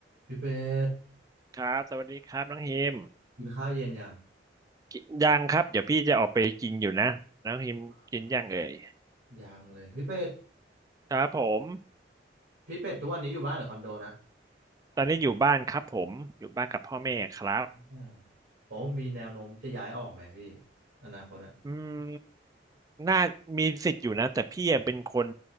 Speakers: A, on the right; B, on the right.
A: พี่เป็ด
B: ครับสวัสดีครับน้องฮิม
A: กินข้าวเย็นยัง
B: กินยังครับเดี๋ยวพี่จะออกไปกินอยู่นะน้องฮิมกินยังเอ่ย
A: อ่ายังเลยพี่เป็ด
B: ครับผม
A: พี่เป็ดทุกวันนี้อยู่บ้านหรือคอนโดนะ
B: ตอนนี้อยู่บ้านครับผมอยู่บ้านกับพ่อแม่ครับ
A: อ่าโอ้มีแนวโน้มจะย้ายออกไหมพี่อนาคตอะ
B: อืมน่ามีสิทธิ์อยู่นะแต่พี่อะเป็นคน